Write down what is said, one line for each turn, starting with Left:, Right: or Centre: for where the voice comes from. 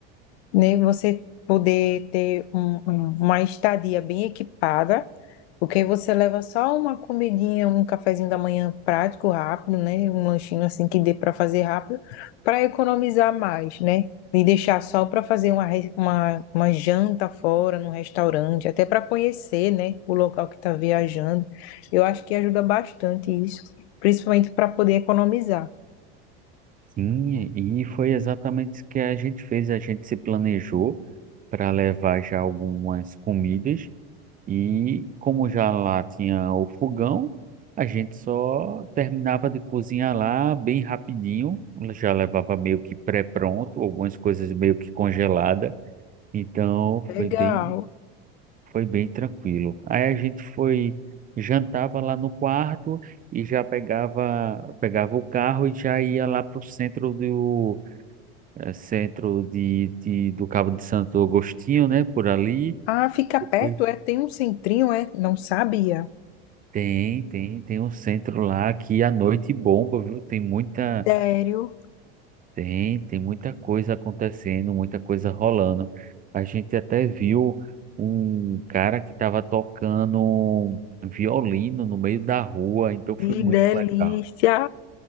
Left: né? Você poder ter um- um- uma estadia bem equipada. Porque você leva só uma comidinha, um cafezinho da manhã prático, rápido, né? Um lanchinho assim que dê para fazer rápido, para economizar mais, né? E deixar só para fazer uma, re- uma, uma janta fora, num restaurante, até para conhecer, né? O local que está viajando. Eu acho que ajuda bastante isso, principalmente para poder economizar.
Right: Sim, e foi exatamente isso que a gente fez. A gente se planejou para levar já algumas comidas e como já lá tinha o fogão, a gente só terminava de cozinhar lá bem rapidinho. Já levava meio que pré-pronto, algumas coisas meio que congelada. Então
Left: Legal.
Right: foi bem, foi bem tranquilo. Aí a gente foi jantava lá no quarto e já pegava pegava o carro e já ia lá para o centro do eh, centro de, de- do Cabo de Santo Agostinho, né? Por ali.
Left: Ah, fica
Right: Depois
Left: perto, é? Tem um centrinho, é? Não sabia.
Right: tem, tem, tem um centro lá que à noite bomba, viu? Tem muita,
Left: Sério?
Right: tem, tem muita coisa acontecendo, muita coisa rolando. A gente até viu um cara que estava tocando violino no meio da rua, então
Left: Que
Right: foi muito
Left: delícia!
Right: legal.